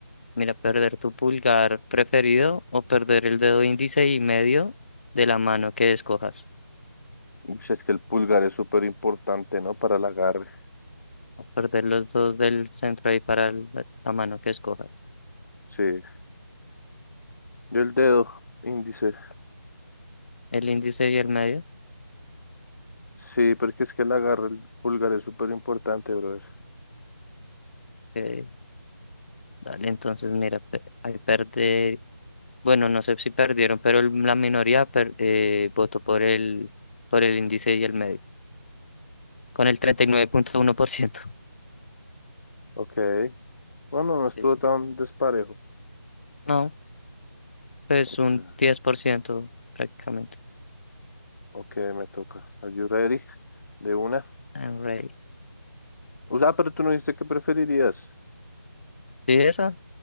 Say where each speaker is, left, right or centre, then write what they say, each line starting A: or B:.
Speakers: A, on the left (about 35°); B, on the left (about 55°).
A: Mira, perder tu pulgar preferido o perder el dedo índice y medio de la mano que escojas.
B: Uy, es que el pulgar es súper importante, ¿no? Para el agarre.
A: O perder los dos del centro ahí para el- la mano que escojas.
B: Sí. Yo el dedo índice.
A: El índice y el medio.
B: Sí, porque es que el agarre, el pulgar es súper importante, brother.
A: eh, dale, entonces mira, pe- ahí perder. Bueno, no sé si perdieron, pero el- la minoría per- eh, votó por el, por el índice y el medio, con el treinta y nueve punto uno por ciento
B: Ok. Bueno, no
A: Sí,
B: estuvo
A: sí,
B: tan
A: sí.
B: desparejo.
A: No, pues
B: Ok,
A: un 10% prácticamente.
B: ok, me toca. Are you ready? De una.
A: I'm ready.
B: O sea, pero tú no dijiste que preferirías.
A: ¿Sí esa?